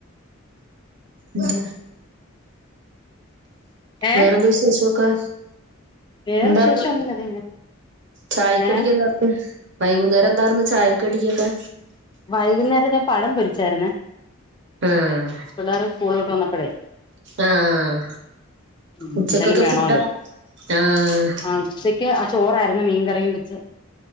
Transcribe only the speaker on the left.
ഏഹ്
വേറെ
വിശേഷം ഒന്നുല്ല ദേ ഇങ്ങനെ
ഏഹ്
വൈകുന്നേരം ഞാൻ പഴം പൊരിച്ചായിരുന്നേ
പിള്ളേർ സ്കൂൾ വിട്ടുവന്നപ്പോ പ്പഴേ
ഉം
എന്തേലും വേണോല്ലോ
ആ ഉച്ചക്ക് ആ ചോറായിരുന്നു മീൻകറിയും വെച്ച്